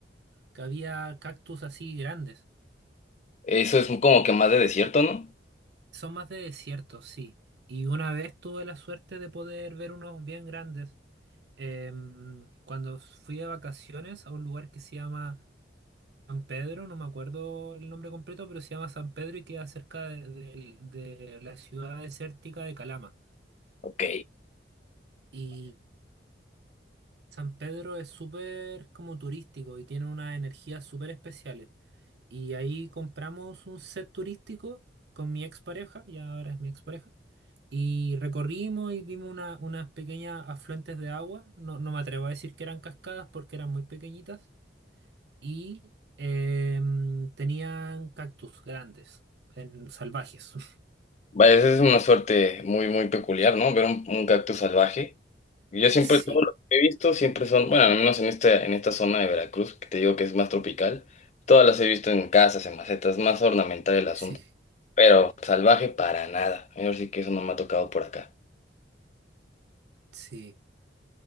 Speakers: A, on the right; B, on the left.
A: que había cactus así grandes.
B: Eso es como que más de desierto, ¿no?
A: Son más de desierto, sí. Y una vez tuve la suerte de poder ver unos bien grandes Em, cuando fui de vacaciones a un lugar que se llama San Pedro, no me acuerdo el nombre completo, pero se llama San Pedro y queda cerca de, de- de la ciudad desértica de Calama.
B: Ok.
A: Y San Pedro es súper como turístico y tiene unas energías súper especiales. Y ahí compramos un set turístico con mi expareja, y ahora es mi expareja. Y recorrimos y vimos una- unas pequeñas afluentes de agua. No, no me atrevo a decir que eran cascadas porque eran muy pequeñitas y em, tenían cactus grandes, en, salvajes. <laughs>
B: Vaya, esa es una suerte muy, muy peculiar, ¿no? Ver un, un cactus salvaje. Yo siempre,
A: Sí,
B: todo lo que he visto, siempre son, bueno, al menos en esta, en esta zona de Veracruz, que te digo que es más tropical, todas las he visto en casas, en macetas, más ornamental el asunto,
A: sí,
B: pero salvaje para nada. Yo sí que eso no me ha tocado por acá.
A: sí.